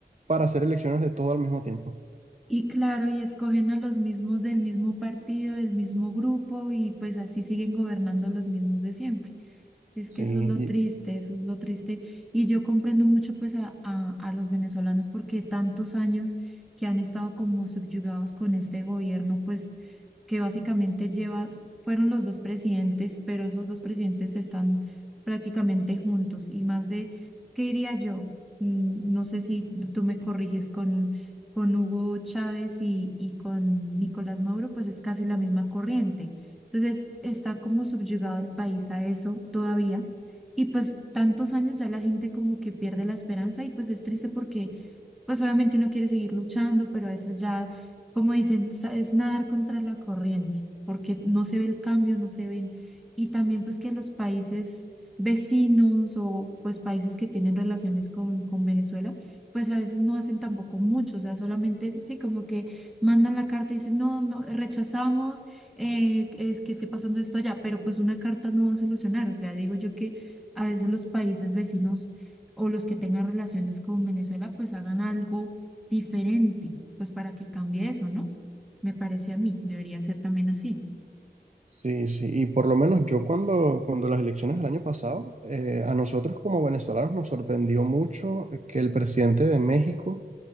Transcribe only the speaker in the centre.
Y claro, y escogen a los mismos del mismo partido, del mismo grupo, y pues así siguen gobernando los mismos de siempre. Es
que eso
es lo triste, eso es lo triste. Y yo comprendo mucho pues a, a, a los venezolanos porque tantos años que han estado como subyugados con este gobierno, pues que básicamente lleva, s- fueron los dos presidentes, pero esos dos presidentes están prácticamente juntos y más de, ¿qué diría yo? Mm, No sé si tú me corriges con con Hugo Chávez y, y con Nicolás Maduro, pues es casi la misma corriente. Entonces está como subyugado el país a eso todavía. Y pues tantos años ya la gente como que pierde la esperanza y pues es triste porque pues obviamente uno quiere seguir luchando, pero a veces ya, como dicen, sa- es nadar contra la corriente, porque no se ve el cambio, no se ven. Y también pues que los países vecinos o pues países que tienen relaciones con, con Venezuela, pues a veces no hacen tampoco mucho, o sea, solamente sí, como que mandan la carta y dicen, no, no, rechazamos eh, es que esté pasando esto allá, pero pues una carta no va a solucionar, o sea, digo yo que a veces los países vecinos o los que tengan relaciones con Venezuela, pues hagan algo diferente, pues para que cambie eso, ¿no? Me parece a mí, debería ser también así.